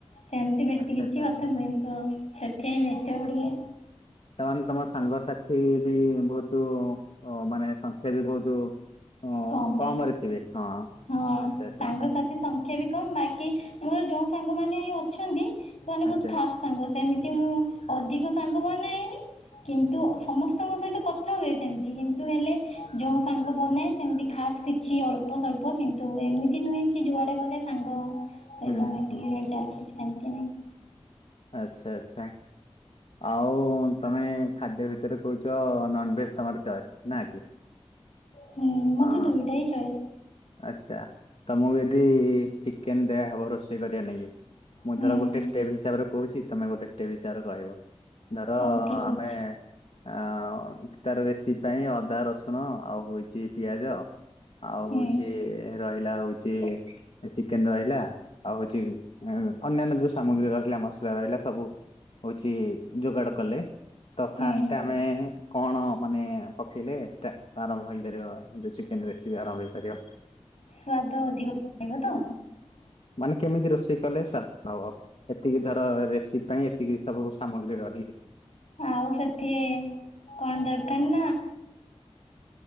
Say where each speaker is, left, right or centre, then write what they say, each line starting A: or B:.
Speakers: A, on the left; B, on the left.
A: ସେମିତି ବେଶୀ
B: ଆଚ୍ଛା
A: କିଛି
B: ଆଚ୍ଛା
A: କଥା ହୁଏନି ତ ସେଥିପାଇଁ ମିଶିଆକୁ ଟିକେ
B: ସେମାନେ ତମ ସାଙ୍ଗସାଥି ବି ବହୁତ ଅ ମାନେ ସଂଖ୍ୟା ବି ବହୁତ ଅ
A: କମ୍।
B: କମରେ ଥିବେ ହଁ।
A: ହଁ
B: ଆଚ୍ଛା ଆଚ୍ଛା
A: ସାଙ୍ଗସଥି ସଂ ଖ୍ୟା ବି କମ। ବାକି ମୋର ଯୋଉଁ ସାଙ୍ଗମାନେ ଅଛନ୍ତି ସେମାନେ
B: ଆଚ୍ଛା
A: ବହୁତ ଖାସ୍ ସାଙ୍ଗ। ସେମିତି ମୁଁ ଅଧିକ ସାଙ୍ଗ ବନାଏନି କିନ୍ତୁ ସମସ୍ତଙ୍କ ସହିତ କଥା ହୁଏ ସେମ ତି କିନ୍ତୁ ହେଲେ ଯୋଉଁ ସାଙ୍ଗ ବନାଏ ସେମିତି ଖାସ୍ କିଛି ଅଳ୍ପ ସ୍ଵଳ୍ପ କିନ୍ତୁ ଏମିତି ନୁହେଁ କି ଯୁଆଡେ ଗଲେ ସାଙ୍ଗ ସହିତ
B: ହୁଁ
A: ମିଶିକି
B: ହୁଁ
A: ଚାଲିଛି ସେମିତି ନାହିଁ।
B: ଆଚ୍ଛା ଆଚ୍ଛା ଆଉ ତମେ ଖାଦ୍ୟ ଭିତରେ କହୁଛ ନନ୍ ଭେଜ ତମର ଚଏସ୍ ନା କି?
A: ହୁଁ ମତେ
B: ହଁ
A: ଦୁଇଟା ହିଁ ଚଏସ୍।
B: ଆଚ୍ଛା ତମକୁ ଯଦି ଚିକେନ ଦିଆହବ ରୋଷେଇ କରିବା ନାଗି ମୁଁ
A: ହୁଁ
B: ଧର ଗୋଟେ ଷ୍ଟେପ୍ ହିସାବରେ କହୁଛି ତମେ ଗୋଟେ ଷ୍ଟେପ୍ ହିସାବରେ କହିବ। ଧର
A: ହଉ ଠିକ୍
B: ଆମେ
A: ଅଛି।
B: ଆ ତାର ରେସିପି ପାଇଁ ଅଦା ରସୁଣ ଆଉ ହଉଛି ପିଆଜ ଆଉ
A: ହୁଁ
B: ହଉଚି ରହି ଲା ହଉଛି ଚିକେନ ରହିଲା। ଆଉ ହଉଛି ଅନ୍ୟାନ୍ୟ ଯୋଉ ସାମଗ୍ରୀ ରହିଲା ମସ ଲା ରହିଲା ସବୁ ହଉଛି ଯୋଗାଡ କଲେ। ତ
A: ହୁଁ
B: ଫାଷ୍ଟ ଆମେ କଣ ମାନେ ପକେଇଲେ ସେଇଟା ଆରମ୍ଭ ହେଇପାରିବ ଯୋଉ ଚିକେନ ରେସିିପି ଆରମ୍ଭ ହେଇପାରିବ।
A: ସ୍ଵାଦ ଅଧିକ ରହିବ ତ?
B: ମନେ କେମିତି ରୋଶ ସେଇ, କଲେ ସ୍ଵାଦ ହବ। ଏତିକି ଧର ରେସିପି ପାଇଁ, ଏତିକି ସବୁ ସାମଗ୍ରୀ ରହିଲେ
A: ଆଉ' ସେଥିରେ କଣ ଦରକାର ନା